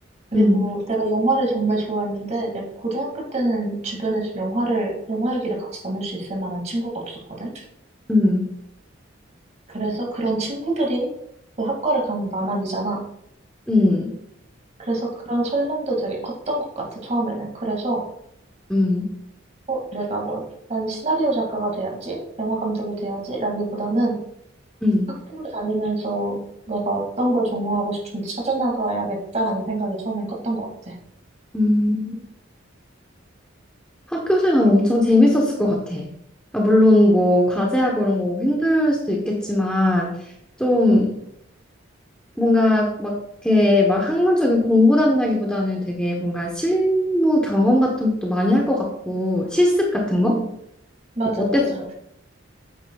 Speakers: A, on the right; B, in the centre.
A: 그리고
B: 음,
A: 내가 영화를 정말 좋아했는데 내가 고등학교 때는 주변에서 영화를 영화 얘기를 같이 나눌 수 있을 만한 친구가 없었거든
B: 음,
A: 그래서 그런 친구들이 그 학과를 가면 많아지잖아
B: 음,
A: 그래서 그런 설렘도 되게 컸던 것 같아 처음에는 그래서
B: 음,
A: 어, 내가 뭐, 나는 시나리오 작가가 돼야지, 영화 감독이 돼야지, 라기보다는
B: 음, 음.
A: 학교를 다니면서 내가 어떤 걸 전공하고 싶은지 찾아나가야겠다라는 생각이 처음엔 컸던 것 같아.
B: 음. 학교 생활 엄청 재밌었을 것 같아. 아, 물론 뭐 과제하고 이런 거 힘들 수도 있겠지만 좀
A: 음,
B: 뭔가 막 이렇게 막 학문적인 공부한다기보다는 되게 뭔가 실무 경험 같은 것도 많이 할 것 같고 실습 같은 거?
A: 음, 맞아,
B: 어, 어땠어?
A: 맞아.